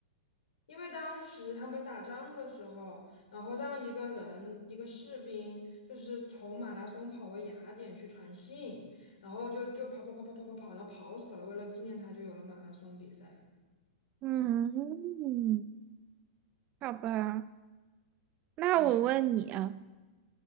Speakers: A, on the left; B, on the right.
A: 因为当时他们打仗的时候，然后让一个人，一个士兵，就是从马拉松跑回雅典去传信，然后就就跑跑跑跑跑跑跑，然后跑死了，为了纪念他，就有了马拉松比赛。
B: 嗯，好吧，那我问你啊，
A: 嗯，